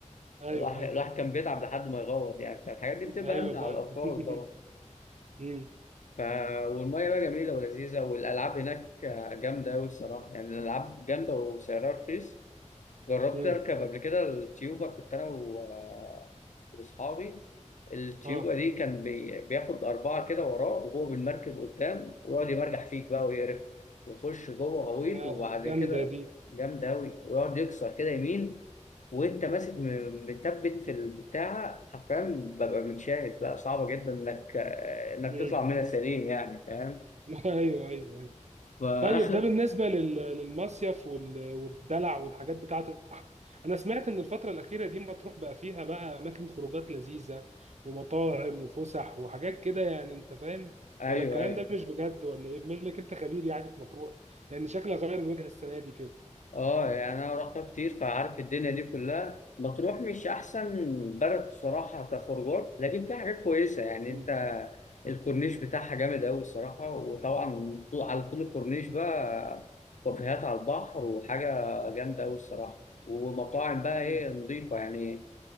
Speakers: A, on the right; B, on the left.
A: ايوه
B: الواحد
A: ايوه
B: الواحد كان بيتعب لحد ما يغوط يعني فالحاجات دي بتبقى
A: ايوه
B: أمن على
A: فعلا
B: الأطفال
A: <laughs>
B: طبعا
A: مم.
B: ف... والمية بقى جميلة ولذيذة والألعاب هناك جامدة أوي الصراحة يعني الألعاب جامدة وسعرها رخيص جربت
A: مم.
B: اركب قبل كده التيوبا كنت انا و- واصحابي التيوبا
A: اه
B: دي كان بي... بياخد اربعه كده وراه وهو بالمركب قدام ويقعد يمرجح فيك بقى ويقرفك يخش جوه غويط
A: يا
B: وبعد
A: جامده
B: كده
A: دي
B: جامد قوي ويقعد يكسر كده
A: مم.
B: يمين وانت ماسك م- متثبت في البتاعه حرفيا ببقى متشاهد بقى صعبه جدا انك انك
A: مم.
B: تطلع منها سليم يعني فاهم
A: <laughs> ايوه ايوه
B: فاخر
A: طيب ده بالنسبة لل- للمصيف وال- والدلع والحاجات بتاعة البحر أنا سمعت إن الفترة الأخيرة دي مطروح بقى فيها بقى أماكن خروجات لذيذة ومطاعم وفسح وحاجات كده يعني أنت فاهم
B: ايوه
A: ولا الكلام
B: ايوه
A: ده مش بجد ولا إيه؟ بما إنك أنت خبير يعني في مطروح لأن شكلها غير الوجهة السنة دي كده
B: اه يعني انا رحتها كتير فعارف الدنيا دي كلها مطروح مش احسن بلد الصراحه كخروجات لكن فيها حاجات كويسه يعني
A: مم.
B: انت الكورنيش بتاعها جامد قوي الصراحه وطبعا طو- على طول الكورنيش بقى كافيهات على البحر وحاجه جامده قوي الصراحه ومطاعم بقى
A: مم.
B: ايه نظيفه يعني